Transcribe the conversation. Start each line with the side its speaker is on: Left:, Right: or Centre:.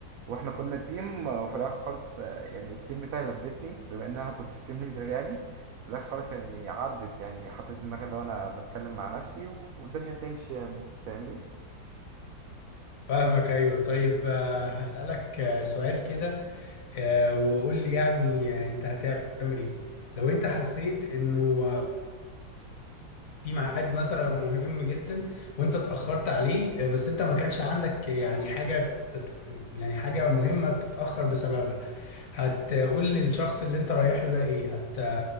Right: واحنا كنا تيم آه، وفي الاخر خالص آه، يعني التيم بتاعي لبسني بما ان انا كنت التيم ليدر يعني في الاخر خالص يعني عدت يعني حطيت في دماغي لو انا بتكلم مع نفسي و- والدنيا هتمشي يعني فاهمني
Left: فاهمك ايوه طيب آه، هسألك آه، سؤال كده آه، وقول لي يعني آه، انت هتعمل ايه لو انت حسيت انه في ميعاد مثلا مهم جدا وانت اتأخرت عليه آه، بس انت ما كانش عندك يعني حاجة تت- يعني حاجة مهمة تتأخر بسببها هتقول للشخص اللي انت رايح له ده ايه هت